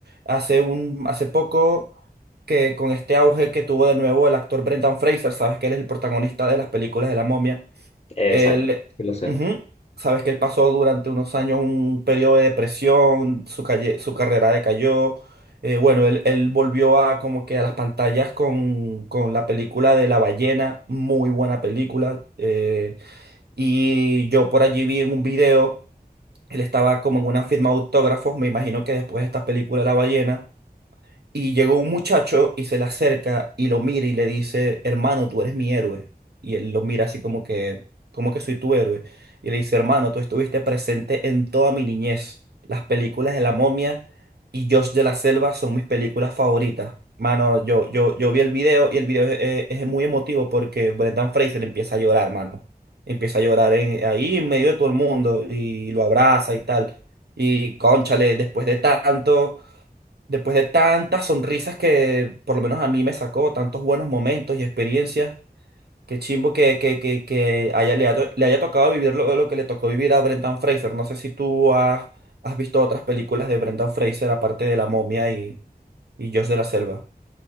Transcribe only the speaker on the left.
Exacto,
sí lo sé.